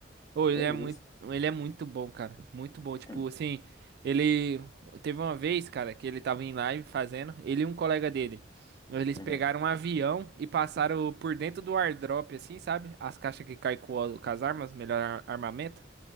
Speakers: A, on the right; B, on the left.
A: Ô, ele
B: Que isso?
A: é muito, ele é muito bom, cara. Muito bom. Tipo,
B: Hum.
A: assim, ele teve uma vez, cara, que ele tava em live fazendo, ele e um colega dele. Eles
B: Uhum.
A: pegaram um avião e passaram por dentro do airdrop, assim, sabe? As caixas que caem com, o- com as armas, melhor ar- armamento.